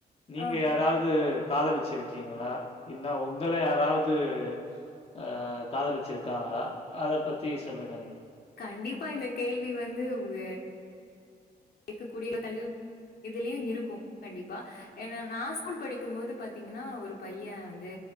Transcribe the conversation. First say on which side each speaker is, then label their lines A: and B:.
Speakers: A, on the left (about 35°); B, on the left (about 60°).
A: நீங்க
B: ஆ
A: யாராவது காதலிச்சிருக்கீங்களா இல்லா உங்கள யாராவது <unintelligible> காதலிச்சுிருக்காங்களா அத பத்தி சொல்லுங்க நீங்க
B: கண்டிப்பா இந்த கேள்வி வந்து உங்க கேடக்கக்கூடிய கழிவு இதுலயும் இருக்கும் கண்டிப்பா ஏா நான் ஸ்கூல் படிக்கும்போது பாாரத்தீங்கன்னா ஒரு பையன் வந்து